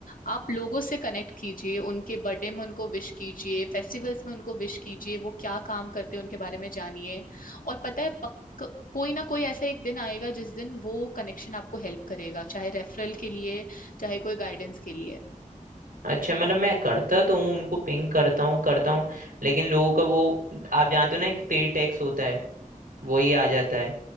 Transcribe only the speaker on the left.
आप लोगों से कनेक्ट कीजिए उनके बर्थडे में उनको विश कीजिए फेस्टिवल्स में उनको विश कीजिए वो क्या काम करते हैं उनके बारे में जानिए और पता है पक को, कोई ना कोई ऐसा एक दिन आएगा जिस दिन वो कनेक्शन आपको हेल्प करेगा चाहे रेफरल के लिए चाहे कोई गाइडेंस के लिए